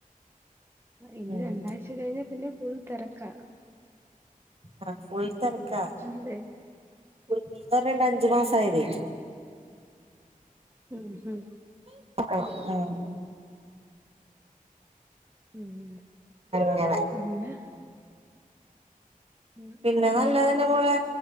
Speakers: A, on the right; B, on the right.
A: ഇനി
B: ഉം
A: രണ്ടാഴ്ച കഴിഞ്ഞ പിന്നെ ഫുൾ തിരക്കാ
B: ആ ഫു <unintelligible>
A: അല്ലേ
B: അഞ്ചു മാസം ആയതെ.
A: മ് മ്
B: <unintelligible>
A: മ് മ്
B: അങ്ങനെ
A: പിന്നെ ഉം
B: പിന്നെ
A: ഉം
B: നല്ലതന്നെ മോളെ.